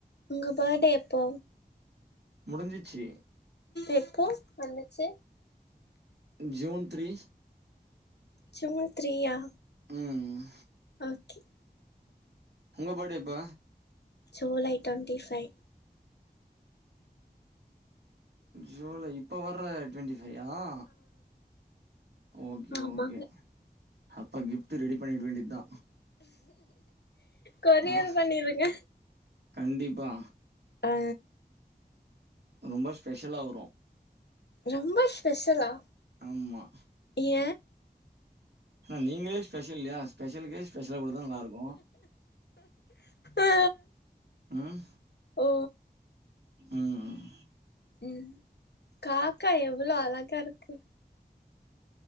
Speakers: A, on the left (about 85°); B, on the right (about 85°).
A: உங்க பர்டே எப்போ
B: முடிஞ்சிச்சு
A: எப்போஸ் வந்துச்சு
B: ஜூன் த்ரீ
A: ஜூன் த்ரியா
B: ம் ம்
A: ஓகே
B: உங்க பேர்டே எப்ப
A: ஜூலை ட்வெண்டி ஃபை
B: ஜூலை இப்போ வர்ற ட்வெண்ட்டி ஃபையா ஆ ஓகே
A: ஆமாங்க
B: ஓகே அப்ப கிப்ட் ரெடி பண்ணிட வேண்டி தா
A: கொரியர்
B: ஆஹ்
A: பண்ணிருங்க
B: கண்டிப்பா
A: ஆ
B: ரொம்ப ஸ்பெஷலா வரு
A: ரொம்ப ஸ்பெஷலா
B: ஆமா
A: ஏ
B: ஆனா நீங்களே ஸ்பெஷல் இல்லியா ஸ்பெஷலுக்கே ஸ்பெஷலா குடுதா நல்லா இருக்கு
A: ஆ
B: ம்
A: ஓ
B: ம் ம்
A: ம் காக்கா எவ்வளோ அழகா இருக்கு